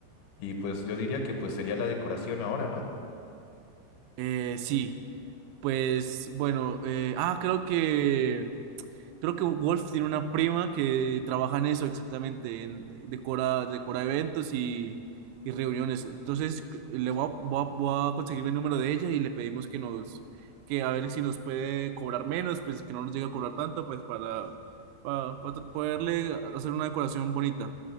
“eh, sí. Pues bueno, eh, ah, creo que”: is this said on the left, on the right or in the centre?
Right